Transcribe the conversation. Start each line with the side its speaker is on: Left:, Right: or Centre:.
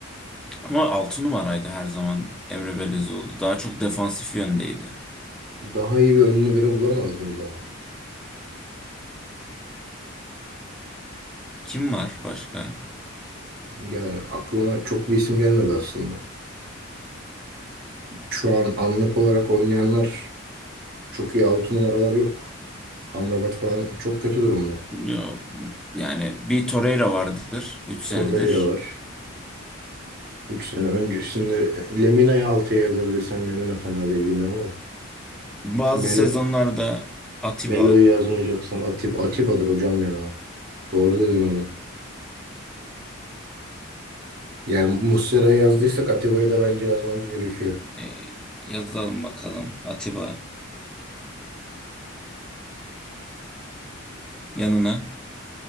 Centre: ama 6 numaraydı her zaman Emre Belezoğlu. Daha çok defansif yöndeydi.
Right: Daha iyi bir önlü biri bulamaz mıyız ama?
Centre: Kim var başka?
Right: Yani aklıma çok bir isim gelmedi aslında. Şu an anlık olarak oynayanlar çok iyi 6 numaralar yok. Amrabat falan çok kötü durumda.
Centre: Yo, yani bir Torreira vardır üç senedir.
Right: Torreira var. 3 sene öncesinde Lemina'yı altıya yazabilirsen Lemina fena değil yine ama.
Centre: Bazı
Right: Melo,
Centre: sezonlarda Atiba
Right: Melo'yu yazmayacaksan Atib, Atiba'dır hocam ya. Doğru dedin onu. Yani Muslera'ya yazdıysak Atiba'ya da bence yazmamız gerekiyor.
Centre: e, yazalım bakalım Atiba yanına.